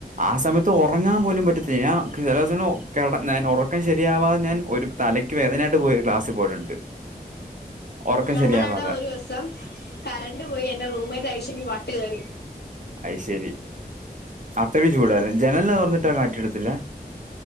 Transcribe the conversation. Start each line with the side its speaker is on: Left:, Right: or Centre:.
Right: ആ സമയത്ത്. ഉറങ്ങാൻ പോലും പറ്റത്തില്ല ഞാൻ ഞാൻ ഉറക്കം ശരിയാവാതെ ഞാൻ ഒരു തലയ്ക്ക് വേദനയട്ട് ഒരു ക്ലാസ്സ് പോയിട്ടുണ്ട്. ഉറക്കം
Left: ഞങ്ങള
Right: ശരിയാവാതെ
Left: അവിടെ ഒരു ദിവസം കരണ്ട് പോയി എന്റെ റൂംമേറ്റ് ആയിശക്ക് വട്ട് കേറി
Right: അത് ശെരി അത്രക്ക് ചൂടായിരുന്നു ജനല് തൊർന്ന് ട്ടാ കാറ്റെടുത്തില്ല